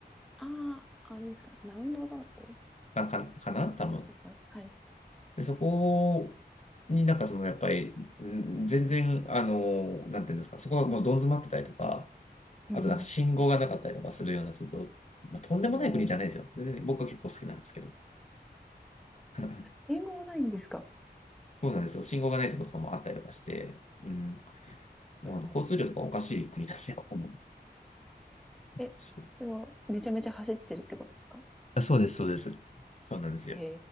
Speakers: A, in the centre; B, on the left (about 40°).
A: ああ、あれですか。ラウンドアバウト
B: あか、かな多分。
A: ですかはい。
B: で、そこになんかそのやっぱり、ん全然、あの、なんていうんですか、そこがもうどん詰まってたりとか、
A: うん
B: あとなんか信号がなかったりとかするような、ちょっと、まあ、とんでもない国じゃないですよ。
A: おお。
B: 全然僕は結構好きなんですけど。<laughs>
A: 信号ないんですか
B: そうなんですよ。信号がないところとかもあったりとかして、うん、もうあの交通量とかおかしい国なんで、
A: なるほど。
B: ここも。
A: え、
B: そ
A: それはめちゃめちゃ走ってるってことですか
B: あ、そうです、そうです。そうなんですよ。
A: へ